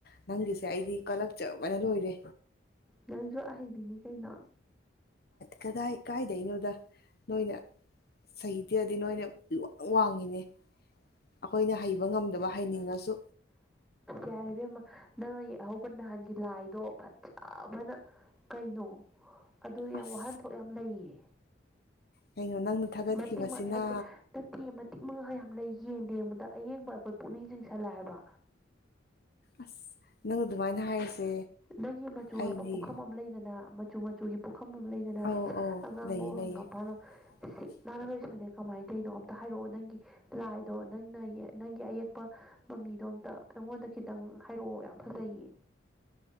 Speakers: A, on the left; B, in the centre.
A: ꯅꯪꯒꯤꯁꯦ ꯑꯩꯗꯤ ꯀꯂꯛꯆꯕꯅ ꯂꯣꯏꯔꯦ
B: ꯅꯪꯁꯨ ꯑꯍꯩꯕꯤꯅꯤ ꯀꯩꯅꯣ
A: ꯀꯗꯥꯏ ꯀꯥꯏꯗꯩꯅꯣꯗ ꯅꯣꯏꯅ ꯁꯍꯤꯗꯔꯗꯤ ꯅꯣꯏꯅ ꯋꯥ ꯋꯥꯡꯉꯤꯅꯦ ꯑꯩꯈꯣꯏꯅ ꯍꯩꯕ ꯉꯝꯗꯕ ꯍꯩꯅꯤꯡꯉꯁꯨ
B: ꯌꯥꯔꯤꯕ ꯑꯃ ꯅꯪ ꯌꯥꯍꯧꯕ ꯅꯍꯥꯟꯒꯤ ꯂꯥꯏꯗꯣ ꯐꯖꯕꯅ ꯀꯩꯅꯣ ꯑꯗꯨ ꯌꯥꯝ
A: ꯑꯁ
B: ꯋꯥꯍꯟꯊꯣꯛ ꯌꯥꯝ ꯂꯩꯌꯦ
A: ꯀꯩꯅꯣ ꯅꯪꯅ ꯊꯥꯒꯠꯈꯤꯕꯁꯤꯅ
B: ꯃꯇꯤꯛ ꯅꯠꯇꯦ ꯃꯇꯤꯛ ꯃꯉꯥ ꯌꯥꯝ ꯂꯩ ꯌꯦꯡꯗ ꯌꯦꯡꯕꯗ ꯑꯌꯦꯡꯕ ꯑꯩꯈꯣꯏ ꯄꯨꯛꯅꯤꯡ ꯆꯤꯡꯁꯜꯂꯦ ꯍꯥꯏꯕ
A: ꯑꯁ ꯅꯪ ꯑꯗꯨꯃꯥꯏꯅ ꯍꯥꯏꯔꯤꯁꯦ
B: ꯅꯪꯒꯤ ꯃꯆꯨ
A: ꯑꯩꯗꯤ
B: ꯍꯥꯞꯄ ꯄꯨꯈꯝ ꯑꯃ ꯂꯩꯗꯅ ꯃꯆꯨ ꯃꯆꯨꯒꯤ ꯄꯨꯈꯝ ꯑꯃ ꯂꯩꯗꯅ
A: ꯑꯧ
B: ꯑꯗꯨꯅ
A: ꯑꯧ
B: ꯑꯉꯥꯡꯕꯨ
A: ꯂꯩꯌꯦ
B: ꯋꯥꯍꯪꯒꯝ ꯐꯥꯜꯂꯣ
A: <inaudible>
B: ꯁꯤ ꯅꯥꯟꯅ ꯂꯣꯏꯁꯤꯜꯂꯦ ꯀꯃꯥꯏꯅ ꯇꯧꯔꯤꯅꯣ ꯑꯝꯇ ꯍꯥꯏꯔꯛꯑꯣ ꯅꯪꯒꯤ ꯂꯥꯏꯗꯣ ꯅꯪꯅ ꯌꯦ ꯅꯪꯒꯤ ꯑꯌꯦꯛꯄ ꯃꯃꯤꯗꯣ ꯑꯝꯇ ꯑꯩꯉꯣꯟꯗ ꯈꯤꯇꯪ ꯍꯥꯏꯔꯛꯑꯣ ꯌꯥꯝ ꯐꯖꯩꯌꯦ